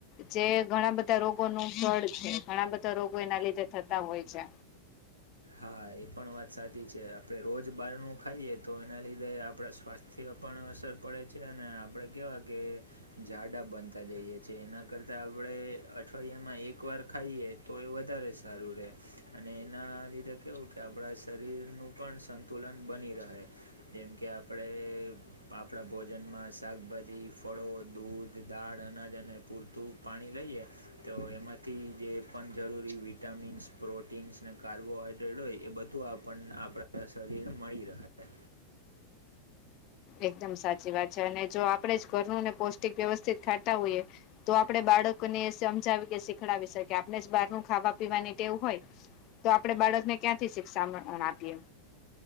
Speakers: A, on the left; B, on the right.
A: જે ઘણા બધા રોગો નું જળ છે ઘણા બધા રોગો એના લીધે થતા હોય છે
B: હા એ પણ વાત સાચી છે આપડે રોજ બહારનું ખાઈએ તો એના લીધે આપડા સ્વાસ્થ થ્ય પણ અસર પડે છે અને આપડે કેવા કે જાડા બનતા જઈએ છીએ એના કરતા આપણે અઠવાડિયામાં એક વાર ખાઈએ તો એ વધારે સારું રે અને એના તે કેવું કે આપડા શરીર નું પણ સંતુલન બની રહે. જેમ કે આપડે આપડા ભોજનમાં શાકભાજી ફળો દૂધ દાળ અનાજ અને પૂરતું પાણી લઈએ તો એમાંથી જે પણ જરૂરી વિટામિન્સ અને પ્રોટીન્સ ને કાર્બોહાઈ ડય એ બધું આપણ આપડા શરીર માં મળી રહે.
A: એકદમ સાચી વાત છે અને જો આપડે જ ઘરનું ને પૌષ્ટિક વ્યવસ્થિત ખાતા હોઈએ તો આપણે બાળકોને સમજાવી કે શીખડાવી શકીએ આપણે જ બહાર નું ખાવા પીવાની ટેવ હોય તો આપડે બાળકને ક્યાંથી શિક્ષામણ અહ આપીએ.